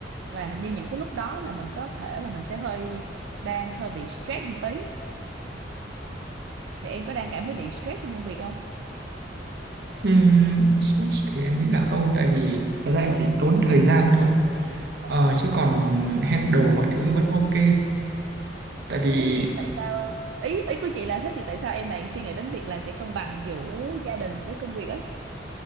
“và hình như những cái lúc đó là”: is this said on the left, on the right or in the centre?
Right